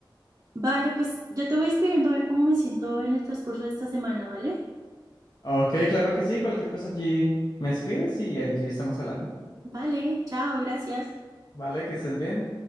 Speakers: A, on the right; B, on the left.
A: Vale, pues yo te voy escribiendo a ver cómo me siento en el transcurso de esta semana, ¿vale?
B: Ok, claro que sí, cualquier cosa allí me escribes y allí estamos hablando.
A: Vale, chao, gracias.
B: Vale, que estés bien.